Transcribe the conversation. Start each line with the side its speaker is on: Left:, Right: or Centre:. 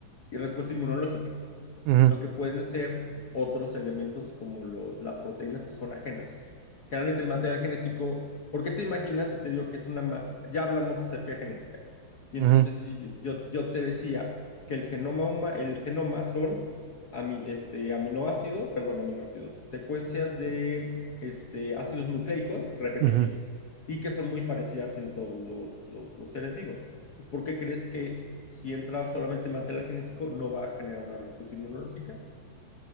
Left: respuesta inmunológica,
Right: Ujú,
Left: sino que pueden ser otros elementos como lo- las proteínas que son ajenas. Generalmente el material genético, ¿por qué te imaginas si te digo que es una... ma- Ya hablamos acerca de genética. Y entonces
Right: ujú,
Left: sí, yo, yo te decía que el genoma huma- el genoma son ami- este, aminoácidos, perdón, aminoácidos, secuencias de este, ácidos nucleicos repetitivos
Right: ujú.
Left: y que son muy parecidas en todos los, los, los seres vivos. Pues, ¿por qué crees que si entra solamente material genético no va a generar una respuesta inmunológica?